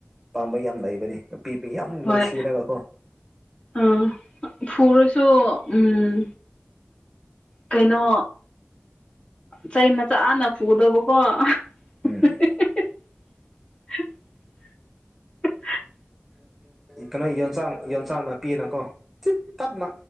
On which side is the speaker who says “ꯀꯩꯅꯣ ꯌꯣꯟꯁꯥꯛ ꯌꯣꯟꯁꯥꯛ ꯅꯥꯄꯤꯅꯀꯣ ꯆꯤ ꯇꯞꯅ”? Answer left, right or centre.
Centre